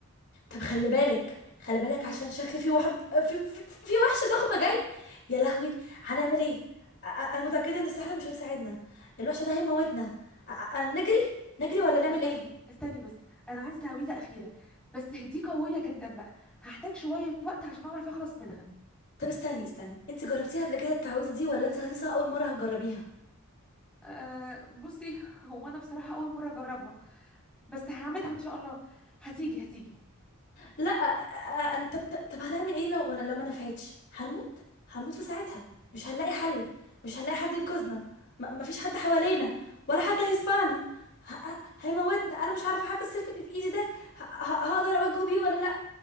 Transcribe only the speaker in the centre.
استني
استني بس انا عندي تعويذة اخيرة بس دي قوية جدا بقى هحتاج شوية وقت عشان اعرف اخلص منها
أه بصي هو انا بصراحة اول مرة اجربها بس هعملها ان شاء الله هتيجي هتيجي